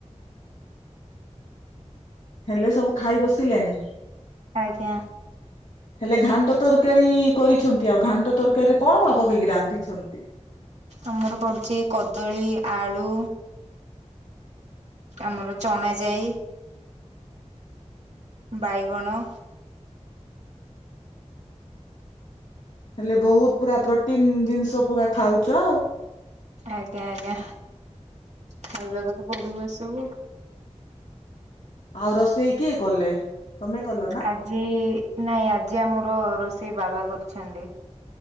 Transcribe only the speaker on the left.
ହେଲେ ସବୁ ଖାଇ ବସିଲେଣି?
ହେଲେ ଘାଣ୍ଟ ତରକାରୀ କରିଛନ୍ତି। ଆଉ ଘାଣ୍ଟ ତରକାରୀରେ କଣ କଣ ପକେଇକି ରାନ୍ଧିଛନ୍ତି।
ହେଲେ ବହୁତ ପୁରା ପ୍ରୋଟିନ ଜିନିଷ ପୁରା ଖାଉଛ ଆଉ।
ଆଉ ରୋଷେଇ କିଏ କଲେ? ତମେ କଲ ନା?